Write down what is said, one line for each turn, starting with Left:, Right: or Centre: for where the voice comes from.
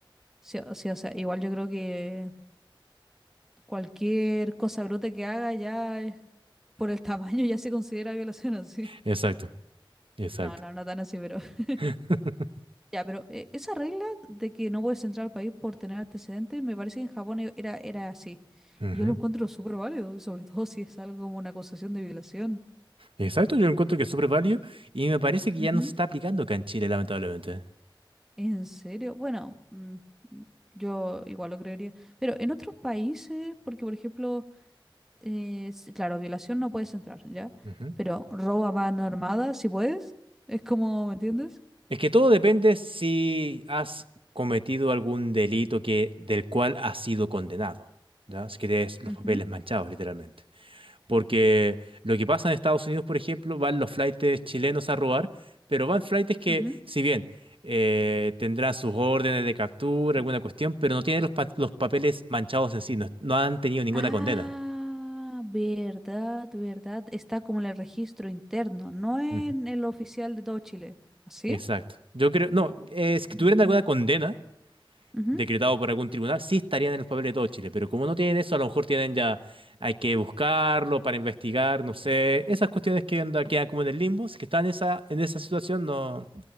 Centre: sí, o sí, o sea, igual yo creo que. Cualquier cosa bruta que haga ya eh, por el tamaño ya se considera violación así.
Right: Exacto, exacto.
Centre: No, no, no tan así, pero <laughs>
Right: <laughs>
Centre: ya, pero eh, esa regla de que no puedes entrar al país por tener antecedentes, me parece que en Japón e- era, era así.
Right: Ujú.
Centre: Y yo lo encuentro súper válido, y sobre todo si es algo como una acusación de violación.
Right: Exacto, yo encuentro que es súper válido y me parece que
Centre: Ujú.
Right: ya no se está aplicando acá en Chile, lamentablemente.
Centre: ¿En serio? Bueno, mm, mm, yo igual lo creería. Pero en otros países, porque por ejemplo... eh, s- claro, violación no puedes entrar, ¿ya?
Right: Ujú.
Centre: Pero robo a mano armada, si puedes. Es como, ¿me entiendes?
Right: Es que todo depende si has cometido algún delito que, del cual has sido condenado, ¿ya? Si que tienes los
Centre: Ujú,
Right: papeles manchados, literalmente. Porque lo que pasa en Estados Unidos, por ejemplo, van los flaites chilenos a robar, pero van flaites que,
Centre: ujú.
Right: si bien eh, tendrán sus órdenes de captura, alguna cuestión, pero no tienen los, pa- los papeles manchados en sí, no, no han tenido ninguna
Centre: Ah,
Right: condena.
Centre: verdad, verdad. Está como en el registro interno, no en
Right: Ujú.
Centre: el oficial de todo Chile. ¿Así?
Right: Exacto. Yo creo, no, eh, si tuvieran
Centre: Ujú,
Right: alguna condena
Centre: ujú.
Right: decretado por algún tribunal, sí estarían en los papeles de todo Chile, pero como no tienen eso, a lo mejor tienen ya, hay que buscarlo para investigar, no sé, esas cuestiones que onda, quedan como en el limbo, si que están en esa, en esa situación, no,